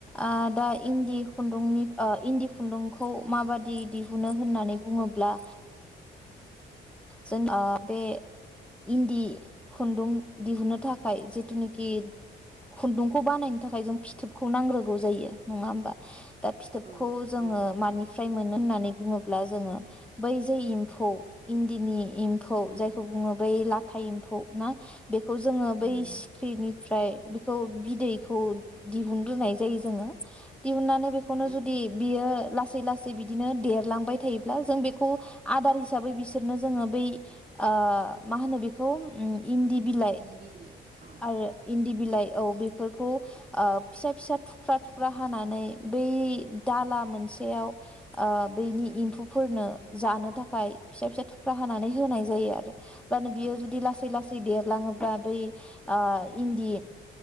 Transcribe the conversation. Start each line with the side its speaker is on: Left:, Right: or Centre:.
Centre: ओ दा इन्दि खुन्दुंनि इन्दि खुन्दुंखौ माबादि दिहुनो होननानै बुङोब्ला जों बे इन्दि खुन्दुं दिहुनो थाखाय जिथुनाखि खुन्दुंखौ बानायनो थाखाय जों फिथोबखौ नांग्रोगौ जायो नङा होमबा। दा फिथोबखौ
Right: औ
Centre: जोङो
Right: औ
Centre: मानिफ्राय मोननो होननानै। बुङोब्ला जोङो बै जे एम्फौ इन्दिनि। एम्फौ
Right: उम
Centre: जायखौ बुङो बै लाथा लाथा एम्फौ ना। बेखौ जोङो बै
Right: उम
Centre: सिख्रिनि निफ्राय बेखौ बिदैखौ दिहुनग्रोनाय जायो जोङो दिहुननानै। बेखौनो
Right: औ
Centre: जुदि बियो लासै लासै बिदिनो बिदिनो देरलांबाय थायोब्ला जों बेखौ आदार हिसाबै बिसोरनो बिसोरनो जोङो बै ओ। मा होनो बेखौ इन्दि बिलाइ
Right: इन्दि बिलाइ औ
Centre: आरो इन्दि बिलाइ औ बेफोरखौ ओ फिसा फिसा थुख्रा थुख्रा हानानै बै दाला मोनसेयाव ओ बेनि एम्फौफोरनो जानो थाखाय फिसा फिसा थुख्रा हानानै होनाय जायो आरो। अब्लानो बियो
Right: औ
Centre: जुदि लासै लासै देरलाङोब्ला बै ओ इन्दि